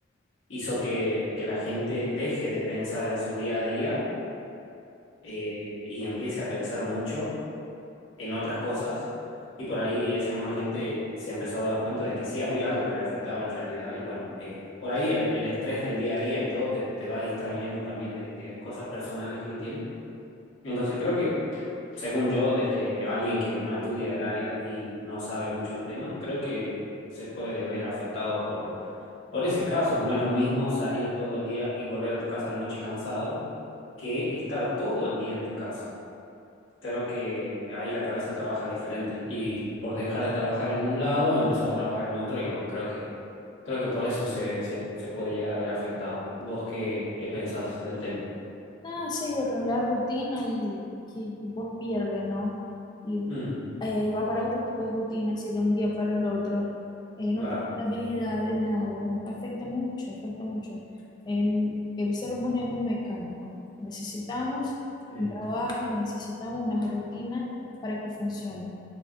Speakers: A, on the left; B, on the left.
A: hizo que, que la gente deje de pensar en su día a día eh, y empiece a pensar mucho en otras cosas. Y por ahí esa misma gente se empezó a dar cuenta de que sí había algo que le afectaba en realidad. Y bueno, eh, por ahí el, el estrés del día a día y todo te, te va distrayendo también de, de cosas personales que uno tiene. Entonces creo que según yo, desde alguien que no estudia el área y no sabe mucho del tema, creo que se puede ver afectado por, por ese caso, que no es lo mismo salir todo el día y volver a tu casa a la noche cansado que estar todo el día en tu casa. Creo que ahí la cabeza trabaja diferente y por dejar de trabajar en un lado empezó a trabajar en otro y bueno, creo que, creo que por eso se, se, se puede llegar a ver afectado. ¿Vos qué, qué pensás del tema?
B: Nada, sí, borró la rutina y que vos pierdes, ¿no? Y
A: Mm,
B: eh, va para otro tipo de rutina, así de un día para el otro. Eh, no
A: claro.
B: tiene estabilidad de nada. Afecta mucho, afecta mucho. En- el ser humano es muy mecánico. Necesitamos
A: Sí,
B: un trabajo, necesitamos una rutina para que funcione.